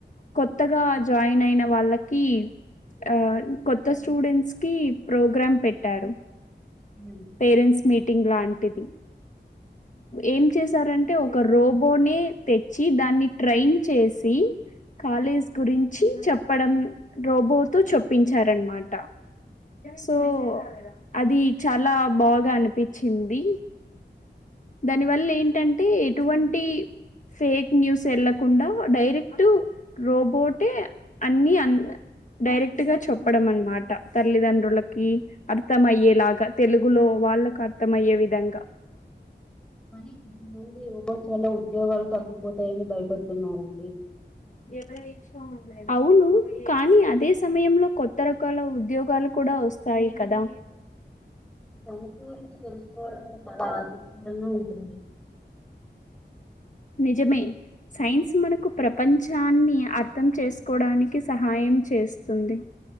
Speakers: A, on the left (about 45°); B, in the centre.
A: కొత్తగా జాయిన్ అయిన వాళ్ళకి ఆ కొత్త స్టూడెంట్స్ కి ప్రోగ్రామ్ పెట్టారు.
B: ఉమ్.
A: పేరెంట్స్ మీటింగ్ లాంటిది ఏం చేశారంటే ఒ ఒక రోబోనే తెచ్చి దాన్ని ట్రైన్ చేసి కాలేజ్ గురించి చెప్ చెప్పడం రోబోతో చెపించారనమాట సో అది చాలా బాగా అనిపించింది దానివల్ల ఏంటంటే ఎటువంటి ఫేక్ న్యూస్ ఎ ళ్ళకుండా డైరెక్ట్ రోబోటే అన్ని డైరెక్ట్గా చె ప్పడం అన్నమాట తల్లిదండ్రులకి అర్థమయ్యేలాగా తెల్ <inaudible> వాళ్ళలకు అర్థమయ్యే విధంగా
B: పని కొద్దిగుంది రోబోట్ చాలా ఉద్యోగాలు తగ్గిపోతాయని భయపడుతున్నారండి
A: ఎవరైచ్ అవును కానీ అదే సమయంలో కొత్త రకాల ఉద్యోగాలు కూడా ఓస్తాయి కదా
B: సంఖ్య గురించి తెలుసుకోవడం చాలా ఆసక్తికరంగా ఉ స
A: నిజమే సైన్స్ మనకు ప్రపంచాన్ని అర్థం చేసుకోడానికి సహాయం చేస్తుంది